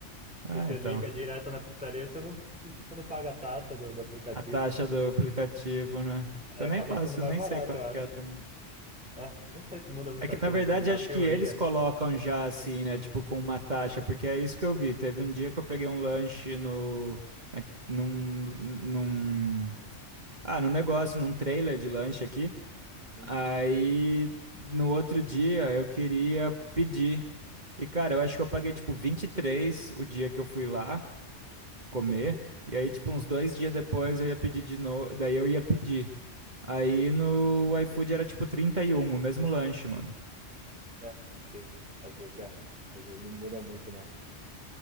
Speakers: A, on the right (about 35°); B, in the centre.
A: Ah,
B: Se você
A: então.
B: liga direto na pizzaria, você não, você não paga a taxa do do aplicativo.
A: A taxa do aplicativo, né? Que
B: É,
A: eu
B: acaba
A: nem faço,
B: sendo mais
A: nem
B: barato,
A: sei quanto
B: eu acho.
A: que é também.
B: É, não sei se muda muita
A: É que,
B: coisa,
A: na verdade,
B: na
A: acho
B: teoria.
A: que eles colocam já assim, né? Tipo, com uma taxa, porque é isso que eu vi. Teve um dia que eu peguei um lanche no. na- Num, num. Ah, num negócio, num trailer de lanche aqui.
B: Sim.
A: Aí, no outro dia, eu queria pedir. E, cara, eu acho que eu paguei, tipo, 23 o dia que eu fui lá comer. E aí, tipo, uns dois dias depois eu ia pedir de novo. Daí eu ia pedir. Aí no iFood era tipo 31 o mesmo lanche, mano.
B: É, sim. Às vezes é. Às vezes não muda muito, não.